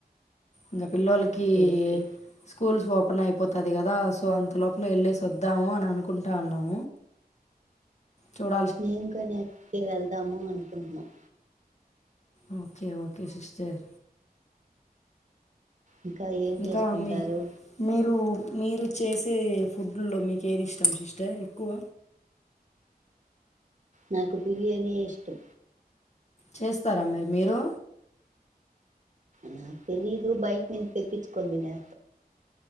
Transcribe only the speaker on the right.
ఓకే ఓకే
మేము కానే ఎక్కడికి వెళ్దాము అనుకుంటున్నాం
ఇంకా ఏం
చేసుకుంటారు
నాకు బిర్యానీ ఇష్టం
నాకు తెలీదు బయట నుంచి తెప్పించుకోని తినే